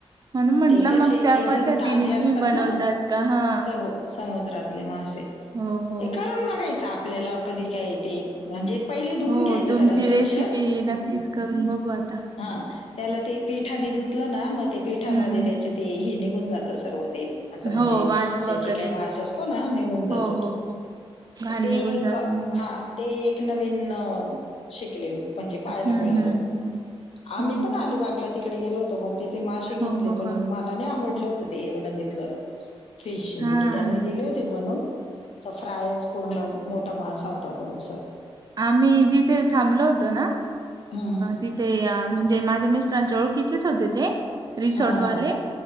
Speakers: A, on the right; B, on the left.
A: म्हण म्हंटलं
B: ते कसे
A: मग त्या
B: एकदम
A: पद्धतीने
B: ताजे असतात
A: तुम्ही बनवतात
B: ना,
A: का हा.
B: सबु समुद्रातले मासे
A: हो हो
B: करून बघायच आपल्याला कधी काय ते म्हणजे पहिले धुऊून
A: हो
B: घ्यायच त्याला
A: तुमची
B: स्वच्छ
A: रेसिपी नक्कीच करून बघू आता.
B: हा. त्याला ते पिठानेधुतलं ना मग ते पिठामध्ये
A: हम्म
B: त्याचे ते ही निघून जात सर्व ते असं म्हणजे
A: हो वास
B: त्याचे
A: वगैरे
B: काही वास असतो ना निघून जातो
A: हो हो
B: तो
A: हो घाण
B: तेी
A: निघून
B: एक
A: जाते म्हणजे
B: हा ते एक नवीन शिकले. म्हणजे पाहायला
A: हम्म
B: मिळालं
A: हम्म हम्म
B: आम्ही
A: हम्म.
B: पण अलिबागला तिकडे गेलो होतो पण तेिथे मासे घ.
A: हो हो
B: प
A: हो
B: मला नाही आवडलं होत ते एवढं तिथलं फिश म्हणजे
A: हा.
B: त्यांनी दिले होते बनून अस फ्रायज पूर्ण मोठा मासा होत तो अस.
A: आम्ही जिथे थांबलो होतो ना
B: हम्म.
A: तिथे म्हणजे माझ मिस ां ओळखीचेच होते ते रिसॉर्ट
B: हा
A: वाले.
B: हा